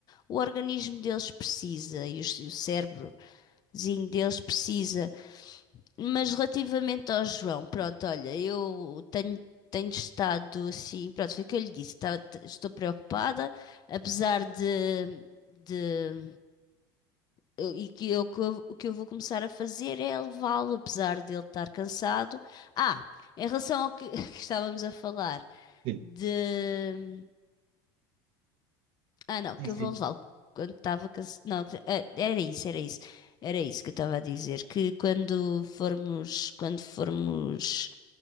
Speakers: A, on the left; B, on the right.
A: o organismo deles precisa e, os- e o cérebrozinho deles precisa. Mas relativamente ao João, pronto, olha, eu tenho, tenho estado assim, pronto, foi o que eu lhe disse, tá- t- estou preocupada, apesar de, de eu- e que eu, que eu- o que eu vou começar a fazer é levá-lo, apesar dele estar cansado. Ah, em relação ao que, <laughs> que estávamos a falar,
B: Sim,
A: de. Ah, não, que
B: sim. sim.
A: eu vou levá-lo quando estava cansado. Não, que- eh, era isso, era isso, era isso que eu estava a dizer, que quando formos, quando formos.